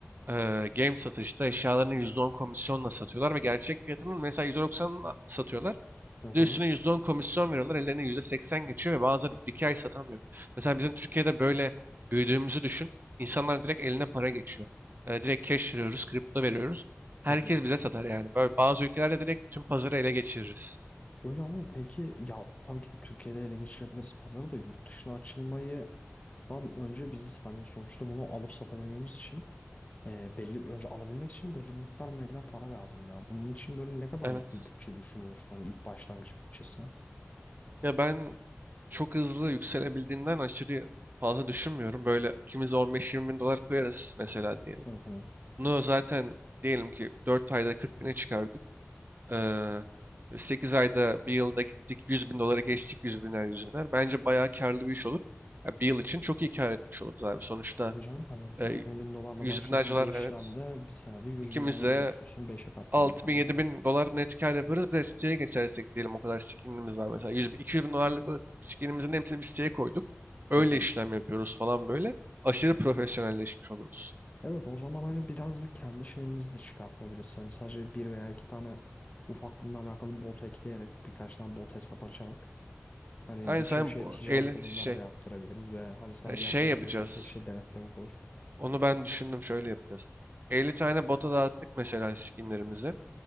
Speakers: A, on the right (about 40°); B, on the left (about 30°).
A: eee, game satışta eşyalarını %10 komisyonla satıyorlar ve gerçek fiyatının mesela yüzde a- satıyorlar.
B: Hı hı.
A: Bir de üstüne %10 komisyon veriyorlar. Ellerine %80 geçiyor ve bazıları bir iki ay satamıyor. Mesela bizim Türkiye'de böyle büyüdüğümüzü düşün. İnsanlar direkt eline para geçiyor. Eee, direkt cash veriyoruz, kripto veriyoruz. Herkes
B: Hı hı.
A: bize satar yani. Böyle bazı ülkelerde direkt tüm pazarı ele geçiririz.
B: Öyle ama peki ya tabii ki de Türkiye'de ele geçirebiliriz pazarı da yurt dışına açılmadan önce biz hani sonuçta bunu alıp satabilmemiz için e, belli önce alabilmek için belli bir miktar meblağ para lazım ya. Bunun için böyle ne kadarlık
A: Evet.
B: bir bütçe düşünüyorsun? Hani ilk başlangıç bütçesi.
A: Ya ben çok hızlı yükselebildiğinden aşırı fazla düşünmüyorum. Böyle ikimiz de 15-20 bin dolar koyarız mesela diyelim.
B: Hı hı.
A: Bunu zaten diyelim ki 4 ayda 40 bine çıkardık. Ee, 8 ayda bir yılda gittik 100 bin dolara geçtik 100 biner 100 biner. Bence bayağı karlı bir iş olur. Ya bir yıl için çok iyi kar etmiş oluruz abi. Sonuçta
B: Tabii canım hani
A: e,
B: 20 bin dolarla
A: 100
B: başladığın
A: binler dolar
B: bir işlemde
A: evet
B: bir senede 100
A: ikimiz
B: bin doları
A: de
B: geçiyorsun. Beşe katladın
A: 6000-7000
B: parayı.
A: dolar net kar yaparız. Bir de siteye geçersek diyelim o kadar skinimiz var. Mesela 100, 200 bin dolarlık skinimizin hepsini bir siteye koyduk. Öyle
B: Hı hı.
A: işlem yapıyoruz falan böyle. Aşırı profesyonelleşmiş oluruz.
B: Evet o zaman hani birazcık kendi şeyimizi de çıkartabiliriz. Hani sadece bir veya iki tane ufak bununla alakalı bot ekleyerek birkaç tane bot hesap açarak hani
A: Aynı
B: bütün
A: sen
B: şey
A: bu
B: ticareti
A: 50 şey
B: bunları da yaptırabiliriz ve hani sadece
A: e, şey
B: yapmamız
A: yapacağız.
B: gereken tek şey denetlemek olur.
A: Onu ben düşündüm şöyle yapacağız. 50 tane bota dağıttık mesela skinlerimizi.